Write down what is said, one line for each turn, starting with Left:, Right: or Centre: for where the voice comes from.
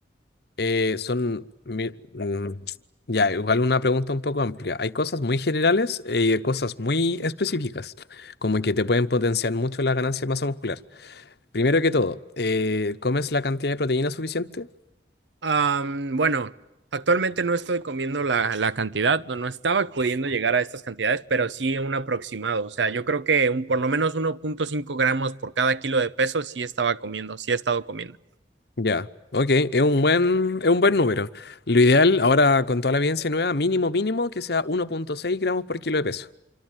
Left: Eh, son... mi- mm, ya, igual una pregunta un poco amplia. Hay cosas muy generales eh, y hay cosas muy específicas, como que te pueden potenciar mucho la ganancia de masa muscular. Primero que todo, eh, ¿comes la cantidad de proteína suficiente?
Right: Am, bueno, actualmente no estoy comiendo la, la cantidad, no, no estaba pudiendo llegar a estas cantidades, pero sí un aproximado. O sea, yo creo que un, por lo menos uno punto cinco gramos por cada kilo de peso sí estaba comiendo, sí he estado comiendo.
Left: Ya, ok, es un buen, es un buen número. Lo ideal, ahora con toda la evidencia nueva, mínimo, mínimo, que sea uno punto seis gramos por kilo de peso.